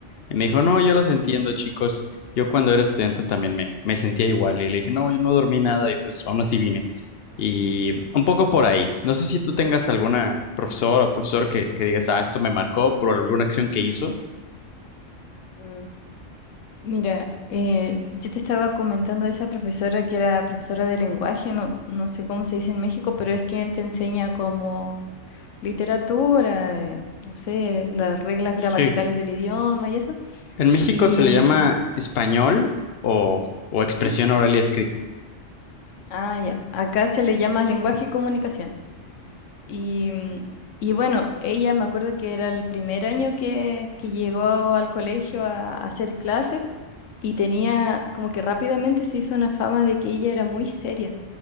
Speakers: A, on the left; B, on the left.
A: Y me dijo, no, yo los entiendo, chicos. Yo cuando era estudiante también me, me sentía igual y le dije, no, yo no dormí nada y pues aún así vine. Y un poco por ahí. No sé si tú tengas alguna profesora o profesor que, que digas, ah, esto me marcó por alguna acción que hizo.
B: Mm. Mira, eh, yo te estaba comentando de esa profesora que era profesora de lenguaje, no, no sé cómo se dice en México, pero es quien te enseña como literatura, eh, no sé, las reglas
A: Sí.
B: gramaticales del idioma y eso.
A: En México
B: Y,
A: se le
B: mm,
A: llama español o, o expresión
B: ¿Mm?
A: oral y escrita.
B: ah, ya, acá se le llama lenguaje y comunicación. Y, mm, y bueno, ella me acuerdo que era el primer año que, que llegó al colegio a, a hacer clases y tenía como que rápidamente se hizo una fama de que ella era muy seria